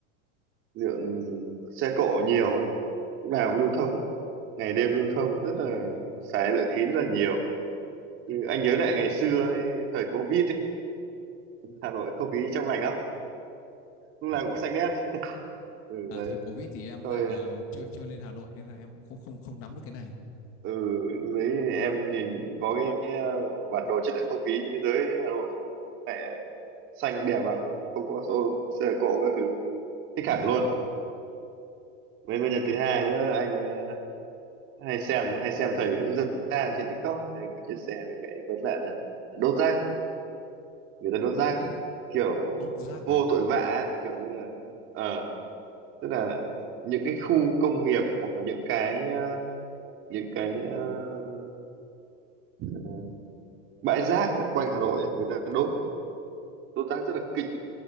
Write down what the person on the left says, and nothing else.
À
vâng.
À
thời Covid thì em
lại ờ, chưa chưa lên Hà Nội nên là em cũng không không không nắm được cái này.
Vâng.
Ừ,
đốt rác ấy.